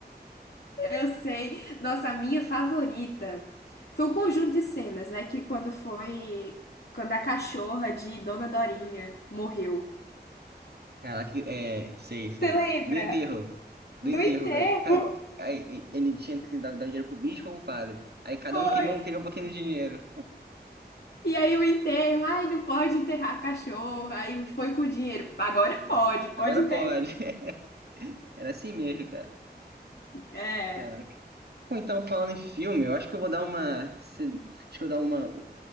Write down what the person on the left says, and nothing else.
Eu sei. Nossa, a minha favorita foi um conjunto de cenas, né? Que quando foi. Quando a cachorra de Dona Dorinha morreu.
Você lembra
do
enterro?
Foi.
E aí o enterro, ai, não pode enterrar a cachorra, Aí foi com o dinheiro. Agora pode,
pode
enterrar.
É,